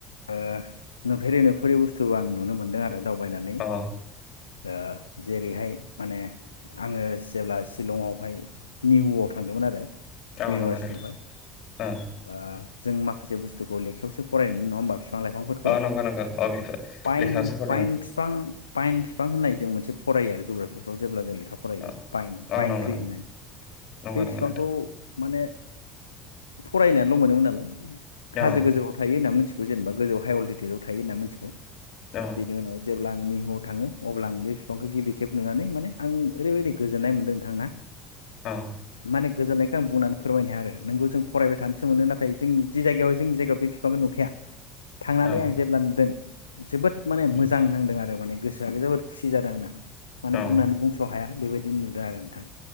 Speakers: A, on the left (about 85°); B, on the left (about 50°).
A: ओ नुफेरै नुफेरै बुस्थुखौ आं नुनो मोनदों आरो दाव बायनानै
B: अ
A: ओ जेरैहाय माने आङो जेब्ला शिलंआवहाय निहुआव थांदोंमोन आरो
B: थां
A: इउनिभारसिटियावहाय
B: नोंगौ नोंथां अ
A: ओ जों माखासे बुस्थुखौे लेखायावसो फरायनो मोनोमोन नङा होमबा बिफां लाइफांफोरखौ
B: अ नंगौ नंगौ अ बिफोर
A: पाइन
B: लेखायावसो फरायदों
A: पाइन फिफां पाइन बिफां होननाय जों मोनसे फरायो जुग्राफिफ्राव जेब्ला जों <unintelligible> फरायो
B: अ
A: पाइन
B: अ
A: पाइन
B: नंगौ
A: थ्रि होननाय
B: नंगौ
A: । बे
B: नंगौ
A: बिफांखौ
B: नंगौ नोंथां
A: माने फरायनाय ल' मोनोमोन नालाय हाजो
B: औ
A: गोजौआव थायो ना मोनथि बिखौ जेनेबा गोजौ हाइ <unintelligible> थायो ना मिथिगौ।
B: औ
A: बिनि उनाव जेब्ला आंनि बाव थाङो अब्ला आं बे बिफांखौ गिबि खेब नुनानै माने आं ओरैबायदि गोजोन्नाय मोनदों नोंथांना
B: औ
A: माने गोजोननाय खौ आं बुंनानै फोरमायनो हाया आरो नोंगौ जों फरायबाय थानोसै मोनो नाथाय जों जि जायगायावहाय जोंनि जायगायाव बे बिफांखौ नुखाया थांनानै
B: औ
A: आं जेब्ला नुदों जोबोद माने
B: उम
A: मोजां नांदों आरो माने गोसोआ जबोर खुसि जादों आंना माने
B: औ
A: बुंनानै बुंस' हाया बेबायदि नुदों आरो नोंथां